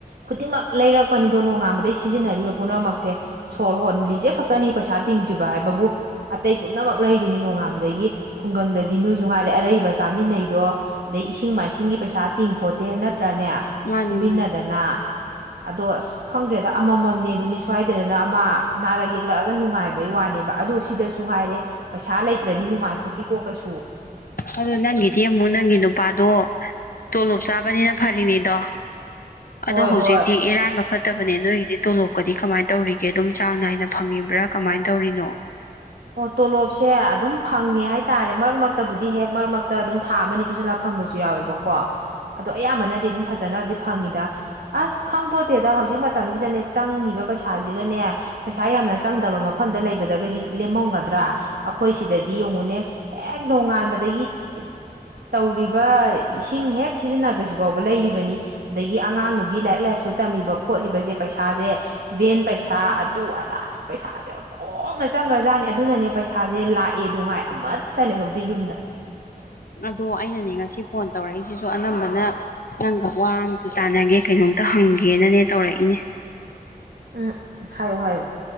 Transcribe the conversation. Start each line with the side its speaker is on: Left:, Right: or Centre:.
Right: ꯈꯨꯗꯤꯡꯃꯛ ꯂꯩꯔꯛꯄꯅꯤꯗꯣ ꯅꯣꯡꯉꯥꯟꯕꯗꯩ ꯁꯤꯖꯤꯟꯅꯔꯤꯕ ꯄꯨꯝꯅꯃꯛꯁꯦ ꯁꯣꯔ ꯍꯣꯟ ꯂꯤꯖꯦ ꯈꯛ ꯈꯛꯇꯅꯤ ꯄꯩꯁꯥ ꯇꯤꯡꯗ꯭ꯔꯤꯕ ꯍꯥꯏꯕꯕꯨ ꯑꯇꯩ ꯄꯨꯝꯅꯃꯛ ꯂꯩꯔꯤꯅꯤ ꯅꯣꯡꯉꯥꯟꯕꯗꯒꯤ ꯈꯨꯡꯒꯪꯗꯗꯤ ꯅꯣꯏꯁꯨ ꯉꯥꯏꯔꯦ ꯑꯔꯩꯕ ꯆꯥꯃꯤꯟꯅꯩꯗꯣ ꯑꯗꯩ ꯏꯁꯤꯡ ꯃꯥꯏꯁꯤꯡꯒꯤ ꯄꯩꯁꯥ ꯇꯤꯡꯄꯣꯠ__ ꯗꯦ ꯅꯠꯇ꯭ꯔꯥꯅꯦ
Left: ꯃꯥꯅꯦ
Right: ꯁꯨꯃꯤꯟꯅꯗꯅ
Left: ꯃꯥꯅꯦ
Right: ꯑꯗꯣ ꯑꯁ ꯈꯪꯗ꯭ꯔꯦꯗ ꯑꯃꯃꯝꯅꯦ ꯑꯗꯨꯅꯤ ꯁ꯭ꯋꯥꯏꯗꯗꯅ ꯑꯃ ꯅꯥꯔꯛ ꯌꯦꯛꯂꯛꯑꯒ ꯅꯨꯡꯉꯥꯏꯕꯩ ꯋꯥꯅꯦꯕ ꯑꯗꯣ ꯁꯤꯗꯁꯨ ꯉꯥꯏꯔꯦ ꯄꯩꯁꯥ ꯂꯩꯇ꯭ꯔꯗꯤ ꯅꯨꯡꯉꯥꯏ ꯄꯣꯠꯇꯦꯀꯣ ꯀꯩꯁꯨ
Left: ꯑꯗꯣ ꯅꯪꯒꯤꯗꯤ ꯑꯃꯨꯛ ꯅꯪꯒꯤ ꯅꯨꯄꯥꯗꯣ ꯇꯣꯂꯣꯞ ꯆꯥꯕꯅꯤꯅ ꯐꯔꯤꯅꯤꯗꯣ
Right: ꯍꯣꯏ
Left: ꯑꯗꯣ ꯍꯧꯖꯤꯛꯇꯤ
Right: ꯍꯣꯏ
Left: ꯏꯔꯥꯡꯒ ꯐꯠ ꯐꯠꯇꯕꯅꯦ ꯅꯣꯏꯒꯤꯗꯤ ꯇꯣꯂꯣꯞꯀꯗꯤ ꯀꯃꯥꯏꯅ ꯇꯧꯔꯤꯒꯦ ꯑꯗꯨꯝ ꯆꯥꯡ ꯅꯥꯏꯅ ꯐꯪꯉꯤꯕ꯭ꯔ ꯀꯃꯥꯏꯅ ꯇꯧꯔꯤꯅꯣ
Right: ꯑꯣ ꯇꯣꯂꯣꯞꯁꯦ ꯑꯗꯨꯝ ꯐꯪꯉꯦ ꯍꯥꯏꯇꯥꯔꯦ ꯃꯔꯛ ꯃꯔꯛꯇꯕꯨꯗꯤ ꯍꯦꯛ ꯃꯔꯛ ꯃꯔꯛꯇ ꯑꯗꯨꯝ ꯊꯥ ꯑꯃ ꯑꯅꯤ ꯄꯨꯟꯁꯤꯜꯂꯛꯄ ꯐꯪꯕꯁꯨ ꯌꯥꯎꯋꯦꯕꯀꯣ ꯑꯗꯣ ꯑꯌꯥꯝꯕꯅꯗꯤ ꯑꯗꯨꯝ ꯐꯖꯅꯗꯤ ꯐꯪꯉꯤꯗ ꯑꯁ ꯈꯪꯄꯣꯠꯇꯦꯗ ꯍꯧꯖꯤꯛ ꯃꯇꯝꯁꯤꯗꯅꯦ ꯆꯪꯉꯤꯕ ꯄꯩꯁꯥꯁꯤꯒꯅꯦ ꯄꯩꯁꯥ ꯌꯥꯝꯅ ꯆꯪꯗꯕ ꯃꯐꯝꯗ ꯂꯩꯕꯗꯒꯗꯤ ꯂꯦꯝꯃꯝꯒꯗ꯭ꯔ ꯑꯩꯈꯣꯏ ꯁꯤꯗꯗꯤ ꯌꯦꯡꯉꯨꯅꯦ ꯍꯦꯛ ꯅꯣꯡꯉꯥꯟꯕꯗꯒꯤ ꯇꯧꯔꯤꯕ ꯏꯁꯤꯡ ꯍꯦꯛ ꯁꯤꯖꯤꯟꯅꯕꯁꯤ ꯐꯥꯎꯕ ꯂꯩꯔꯤꯕꯅꯤ ꯑꯗꯒꯤ ꯑꯉꯥꯡ ꯅꯨꯄꯤ ꯂꯥꯏꯔꯤꯛ ꯂꯥꯏꯁꯨ ꯇꯝꯃꯤꯕ ꯈꯣꯠꯂꯤꯕꯁꯦ ꯄꯩꯁꯥꯁꯦ ꯚꯦꯟ ꯄꯩꯁꯥ ꯑꯗꯨ ꯑꯗꯥ ꯑꯁ ꯄꯩꯁꯥꯁꯦ ꯑꯣꯟꯊꯣꯛꯅ ꯆꯪꯈ꯭ꯔꯖꯥꯠꯅꯦ ꯑꯗꯨꯅꯅꯦ ꯄꯩꯁꯥꯁꯦ ꯂꯥꯛꯑꯦꯗꯣ ꯉꯥꯏ ꯑꯃꯠꯇ ꯂꯩꯍꯧꯗꯦ ꯌꯨꯝꯗ
Left: ꯑꯗꯣ ꯑꯩꯅꯅꯦ ꯉꯁꯤ ꯐꯣꯟ ꯇꯧꯔꯛꯏꯁꯤꯁꯨ ꯑꯅꯝꯕꯅ ꯅꯪꯒ ꯋꯥ ꯑꯝꯇ ꯇꯥꯟꯅꯒꯦ ꯀꯩꯅꯣꯝꯇ ꯍꯪꯒꯦꯅꯅꯦ ꯇꯧꯔꯛꯏꯅꯦ
Right: ꯎꯝ ꯍꯥꯏꯌꯣ ꯍꯥꯏꯌꯣ